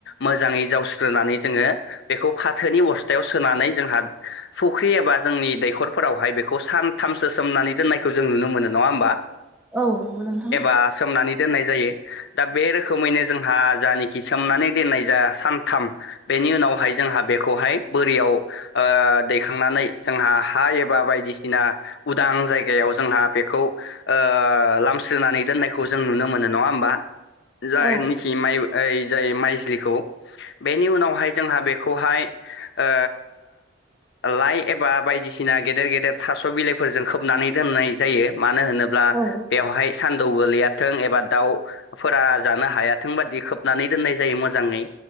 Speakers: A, on the left; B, in the centre.
A: मोजाङै जावस्रोनानै जोङो बेखौ फाथोनि अस्थायाव सोनानै जोंहा फुख्रि एबा जोंनि दैखरफोरावहाय बेखौ सानथामसो सोमनानै दोननायखौ जों नुनो मोनो नङा होमबा
B: औ नंगौ नोंथां
A: ओ सोमनानै दोननाय जायो। दा बे रोखोमैनो जोंहा जानखि सोमनानै दोननाय जा सानथाम बेनि उनावहाय जोंहा बेखौहाय बोरियाव ओ दैखांनानै जोंहा हा एबा बायदिसिना उदां जायगायाव जोंहा बेखौ ओ लामस्रोनानै दोननायखौ जों नुनो मोनो नङा होमबा जाय
B: औ
A: खि माइ ओ जाय माइजलिखौ बेनि उनावहाय जोंहा बेखौहाय ओ लाइ एबा बायदिसिना गेदेर गेदेर थास' बिलाइफोरजों खोबनानै दोननाय जायो मानो होनोब्ला
B: औ
A: बेवहाय स द गोलैयाथों एबा दाउफोरा जानो हायाथों बादि खोबनानै दोननाय जायो मोजाङै